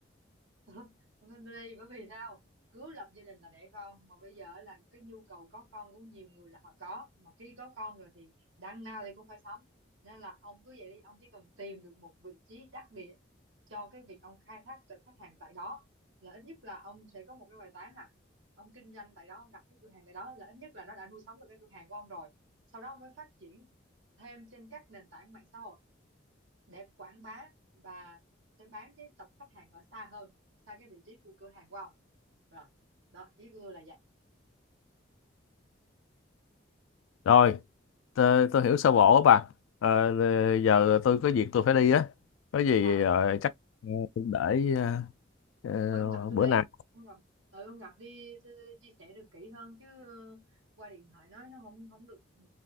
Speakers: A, on the right; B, on the left.
A: <laughs> ông tin tôi đi bởi vì sao cứ lập gia đình là đẻ con mà bây giờ là cái nhu cầu có con của nhiều người là họ có mà khi có con rồi thì đằng nào thì cũng phải sắm nên là ông cứ vậy đi ông chỉ cần tìm được một vị trí đắc địa cho cái việc ông khai thác từ khách hàng tại đó là ít nhất là ông sẽ có một cái bài toán là ông kinh doanh tại đó ông đặt cái cửa hàng tại đó là ít nhất là nó đã nuôi sống được cái cửa hàng của ông rồi sau đó ông mới phát triển thêm trên các nền tảng mạng xã hội để quảng bá và sẽ bán đến tập khách hàng ở xa hơn xa cái vị trí của cửa hàng của ông rồi đó ý của tôi là vậy
B: rồi tôi, tôi hiểu sơ bộ á bà Ờ, ờ, giờ tôi có việc tôi phải đi á có gì
A: à
B: ờ, chắc ờ, để ờ, ờ,
A: thôi ông gặp tôi
B: bữa
A: đi
B: nào
A: ông gặp ừ, ông gặp đi tôi chia sẻ được kỹ hơn chứ ờ, qua điện thoại nói nó không không được ừ,